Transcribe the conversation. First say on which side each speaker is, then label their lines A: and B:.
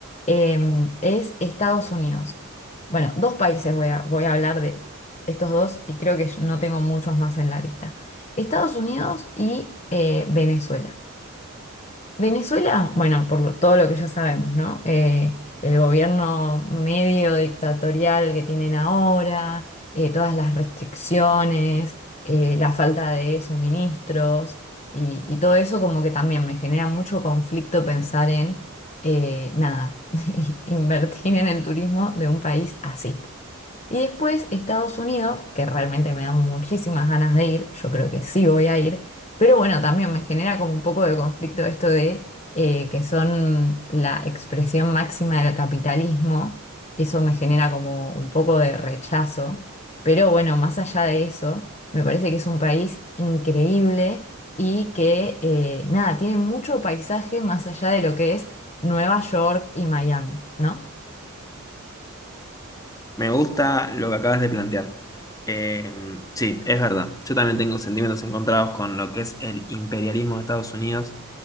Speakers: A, on the left (about 30°); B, on the left (about 15°).
A: em, es Estados Unidos. Bueno, dos países voy a, voy a hablar de estos dos y creo que no tengo muchos más en la lista. Estados Unidos y eh, Venezuela. Venezuela, bueno, por lo- todo lo que ya sabemos, ¿no? Eh, el gobierno medio dictatorial que tienen ahora, eh, todas las restricciones, eh, la falta de suministros y, y todo eso como que también me genera mucho conflicto pensar en, eh, nada, <laughs> invertir en el turismo de un país así. Y después Estados Unidos, que realmente me dan muchísimas ganas de ir, yo creo que sí voy a ir, pero bueno, también me genera como un poco de conflicto esto de eh, que son la expresión máxima del capitalismo, eso me genera como un poco de rechazo, pero bueno, más allá de eso, me parece que es un país increíble y que eh, nada, tiene mucho paisaje más allá de lo que es Nueva York y Miami, ¿no?
B: Me gusta lo que acabas de plantear. Eh, sí, es verdad. Yo también tengo sentimientos encontrados con lo que es el imperialismo de Estados Unidos